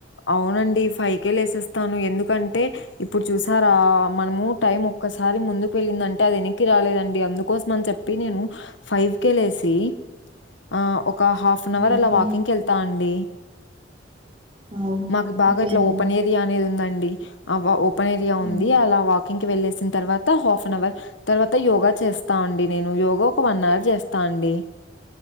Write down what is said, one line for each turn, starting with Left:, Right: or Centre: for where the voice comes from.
Left: అవునండి ఫైవ్కేే లేసేస్తాను ఎందుకంటే ఇప్పుడు చూసారా మనము టైం ఒక్కసారి ముందుకు వెళ్ళిందంటే అది వెక్నికి రాలేదండి అందుకోసమని చెప్ నేను ఫైవ్కే లేసి ఆ ఒక హాఫ్ అన్ అవర్
Right: ఓకే
Left: అలా వాకింగ్కి యెల్ తండి
Right: వావ్.
Left: మాకు బాగా
Right: ఓకే
Left: ఇట్లా
Right: అండి
Left: ఓపెన్ ఏర్ రియా అనేది ఉందండి ఆ వ ఓపెన్ ఏరియా
Right: ఆ,
Left: ఉంది అలా వాకింగ్కి వెళ్ళేసిన తర్వాత హాఫ్ అన్ అవర్ తర్వాత యోగా చేస్తా అండి నేను యోగా ఒక వన్ అవర్ చేస్తా అండి